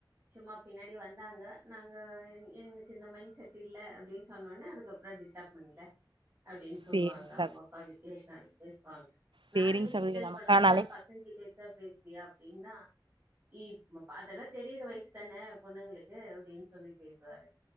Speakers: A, on the right; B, on the right.
A: சும்மா பின்னாடி வந்தாங்க நாங்க என் எங்களுக்கு இந்த மைண்ட் செட் இல்ல அப்டின்னு சொன்னோன்ன அதுக்கப்பறோ டிஸ்டர்ப் பண்ணல அப்டின்னு சொல்லுவாங்க
B: சேரிங் ச
A: அவுங்க அப்பாகிட்டயே கேட்டாங்க வெயிட் பண்ணு
B: சேரிங்
A: நானே
B: சகோதரி
A: கிண்டல்
B: நமக்கான
A: பண்ணுவே என்ன
B: அழை
A: பசங்க கிட்ட இப்டி பேசுவியா அப்டின்னா ஏ இந்த பாட்டெல்லா தெரியுற வயசு தான பொண்ணுங்களுக்கு அப்டின்னு சொல்லி பேசுவாரு